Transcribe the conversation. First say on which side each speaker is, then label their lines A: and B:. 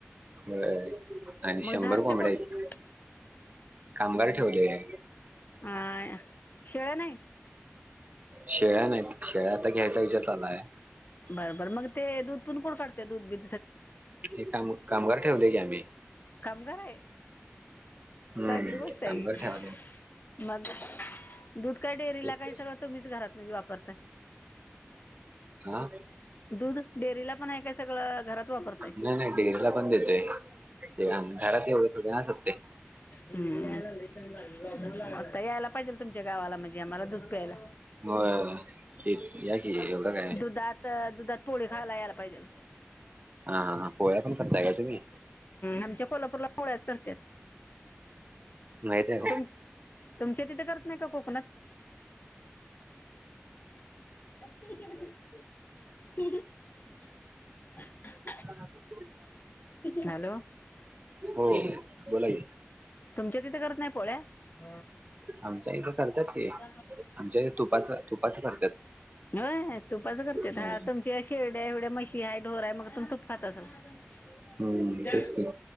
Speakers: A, on the right (about 35°); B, on the left (about 45°).
A: होय. आणि
B: मग
A: शंभर
B: धार
A: कोंबड्या
B: ते कोण
A: हायत, कामगार ठेवलय.
B: हा शेळ्या नाही.
A: शेळ्या नाहीत शेळ्या आता घ्यायचा विचार चालू आहे.
B: बरं बरं मग ते दूध पण कोण काढते. दूध बी
A: हे काम कामगार ठेवले की आम्ही.
B: काम कय.
A: हम्म
B: चांगली गोष्ट आहे.
A: कामगार ठेवाले
B: मग? दूध काय डेअरीला
A: तेच
B: काय सगळं तुम्हीच घरात म्हणजे वापरताय.
A: हा.
B: दूध डेअरीला पण आहे काय सगळं घरात. वापरताय
A: नाही नाही डेरीला ला पण देतोय घरात येवढं थोडे ना संपतंय.
B: हम्म आता यायला पाहिजे. तुच्या गावाला म्हणजे आम्हाला दूध प्यायला.
A: की होय ते या की एवढं काय
B: दुधात दुधात पोळी खायला याला पाहिजेल.
A: हा हा हा पोळ्या पण करताय. का तुम्ही?
B: आमच्या कोल्हापूरला पोळ्याच करतात
A: माहित आहे.
B: तुम तुमच्या तिथे करत नाही का कोकणात <unintelligible>
A: हा.
B: हॅलो
A: हो बोला की
B: तुमच्या तिथे कर नाही पोळ्या -
A: आमच्या इथं करतात की आमच्या
B: <inaudible>
A: इथे तुपाच तुपाचं करतात
B: होय तुपाच करते. <unintelligible>
A: होय.
B: <unintelligible>
A: हम्म
B: <inaudible>
A: तेच की.